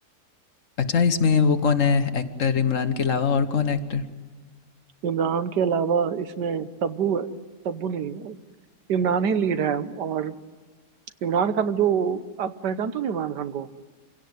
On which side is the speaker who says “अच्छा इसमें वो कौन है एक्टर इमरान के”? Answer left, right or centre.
Left